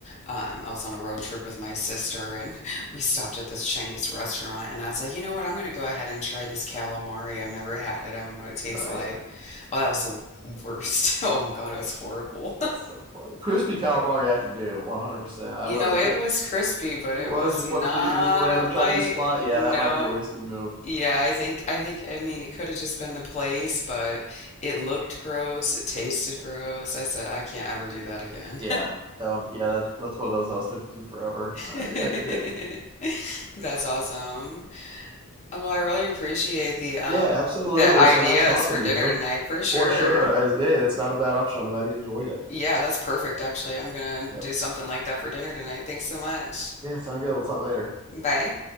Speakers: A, on the left (about 30°); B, on the right (about 20°).
A: um, I was on a road trip with my sister and <laughs> we stopped at this Chinese restaurant and I was like, you know what, I'm gonna go ahead and try this calamari. I've never had it. I want to know what it tastes
B: Oh
A: like.
B: yeah.
A: Oh, that was the worst. <laughs> Oh God, it was horrible.
B: That's so funny. Crispy calamari, I can do 100%. I
A: You
B: don't
A: know,
B: know if
A: it
B: they,
A: was crispy, but it
B: it was
A: was
B: just
A: not
B: one for you, just a random
A: up my
B: Chinese spot. Yeah,
A: no.
B: that might be a risky move.
A: Yeah, I think I think I mean it could have just been the place, but it looked gross, it tasted gross. I said I can't ever do that again.
B: Yeah. oh yeah, that's that's one of those that'll stick with you forever.
A: <laughs>
B: I, I get it.
A: That's awesome. Well, I really appreciate the um
B: Yeah, absolutely.
A: the ideas
B: It was so nice talking
A: for dinner
B: to you.
A: tonight for sure.
B: For sure. As gay, it's not a bad option. I'm glad you enjoyed it.
A: Yeah, that's perfect actually. I'm gonna
B: Yep.
A: do something like that for dinner tonight. Thanks so much.
B: Yeah, sound good. We'll talk later.
A: Bye.